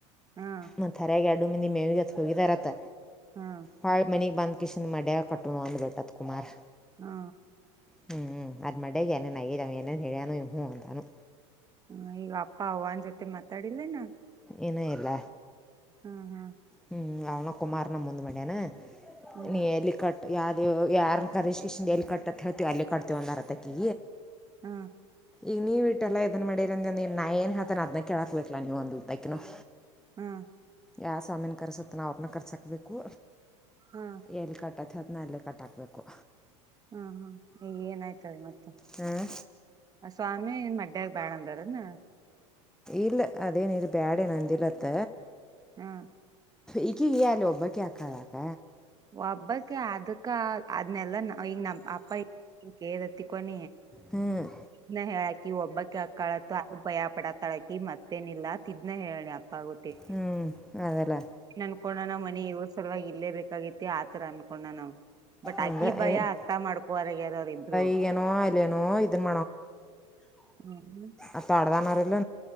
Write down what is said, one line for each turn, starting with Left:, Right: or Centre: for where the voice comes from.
Right: ಹಾ
Centre: ಮ ಹರಗೆ ಅಡು ಮಂದಿ ಮೇವಿಗೆತ್ ಹೋಗಿದಾರತ್ತ
Right: ಹಾ
Centre: ಹೊಾಳ ಮನಗ್ ಬಂದ ಕಿಷನ್ ಮಡ್ಯ ಕಟ್ಟುನು ಅಂದುಬ ಬಿಟ್ಟತ್ ಕುಮಾರ್
Right: ಹಾ
Centre: ಹ್ಮ್ ಹ್ಮ್ ಅದ್ ಮಡ್ಯಗೆ ಏೇನ್ ಏೇನು ಹೇಳ್ಯನು ಇೂ ಅಂತಾನು
Right: ಹ್ಮ ಈಗ ಅಪ್ಪ ಅವನ್ ಜೊತೆ ಮಾತಾಡಿಲ್ಲೇನಾ
Centre: ಏನೇ ಇಲ್ಲ
Right: ಹ್ಮ್ ಹ್ಮ್
Centre: ಹ್ಮ್ ಅವನ ಕುಮಾರನ ಮುಂದ ಮಡಿಯಾನ
Right: ಹ್ಮ್
Centre: ನೀ ಹೆಲಿಕಾ ಯಾವ್ದ ಯಾರ ಕರೀ್ ಕಷನ್ ಎಲ್ಲಿ ಕಟ್ಟತ್ ಹೇಳ್ತೀವಿ ಅಲ್ಲಿೇ ಕಟ್ತೀವ ಅಂದರತಕ್ಕಿ
Right: ಹ್ಮ
Centre: ಈಗ ನೀ್ ಇಟ್ಟೆಲ್ಲ ಇದದನ್ ಮಾಡಿರ ಅಂದಂದ ನಾ ಏನ್ ಹತನ್ ಅದ್ ಕೇಳಾಕ್ಬೇಕಕ್ಲಾ ನೀವ ಒಂದ್ ಉ ತೈಕ <inaudible>
Right: ಹ್ಮ
Centre: ಯಾವ ಸ್ವಾಮಿನ ಕರ್ಸತ್ತೆ ನಾ ಅವ್ರನ್ನ ಕರ್ಸೋಕಬೇಕು
Right: ಹ್ಮ
Centre: ಎಲ್ಲಿ ಕಟ್ಟತ್ತ ಅದನಲ್ಲೇ ಕಟ್ಾಕ್ಬೇಕು
Right: ಹಾ ಹ್ಮ ಈಗ ಏನ ಆಾಯ್ತದೆ ಮತ್ತೆ
Centre: ಹಾಂ
Right: ಆ ಸ್ವಾಮಿ ಮಡ್ಯ ಬಾಣಂದರ ನ
Centre: ಇಲ್ಲ ಅದೇನ ಇರಿ ಬ್ಯಾಡ ನಂದಿಲ್ಲತ್ತ
Right: ಹಾ
Centre: ಇಗ ಈಲ ಒಬ್ಬಕ್ಕೆ ಆಕ್ಕಾದ ಕ
Right: ಒಬ್ಬಕ್ಕೆ ಅದಕ್ಕ ಅದನೆಲ್ಲಾ ನ ಈಗ ನಮ್ಮ ಅಪ್ಪ ರತಿ ಕೊನ
Centre: ಹ್ಮ್
Right: ನ ಹೇಳಕಿ ಒಬ್ಬಕ್ಕಳ ಅ ಭಯ ಪಡತಳಕಿ ಮತ್ತ ಗತ್ತೇನಿಲ್ಲ ತಿದ್ನ ಹೇಳಿ ಅಪ್ಪ ಗೊತ್ತೆ
Centre: ಹ್ಞೂ ಅದಲ್ಲ
Right: ಅನ್ಕೋಣ ನಾವ್ ಮನಿ ಇವ್ರ ಸವಲ್ಾಗಿ ಇಲ್ಲೇ ಬೇಕಾಗಿೈತಿ ಆತರ ಅನ್ಕೋಣ ನಾವ್ ಬಟ್ ಆಕಿ
Centre: ಅಂದ
Right: ಭಯ
Centre: ಏನು
Right: ಅರ್ಥ ಮಾಡ್ಕೋರಗ್ಯಾರವರು್ರು
Centre: ಈಗೇನೋ ಇಲ್ಲೇನೋ ಇದನ್ನ
Right: ಹ್ಮ್
Centre: ಅತ ಅಡದಾನ ಇಲ್ಲ